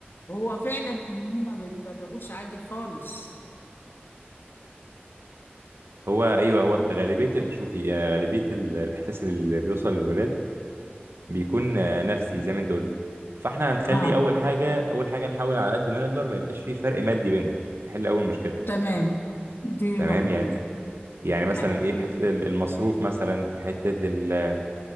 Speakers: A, on the left; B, on the right.
A: وهو فعلا هما ما بيفرقوش عادي خالص
B: هو ايوه هو غالبيه ال- شوفي آه، غالبيه ال- الاحساس اللي بيوصل للولاد بيكون آه، نفسي زي ما انت قلتي فاحنا هنخلي
A: آه
B: اول حاجه اول حاجه نحاول على قد ما نقدر ما يبقاش في فرق مادي بينهم نحل اول مشكله
A: تمام دي
B: تمام
A: مقدور
B: يعني يعني مثلا
A: يعني في
B: ايه في حته ال- المصروف مثلا في حته ال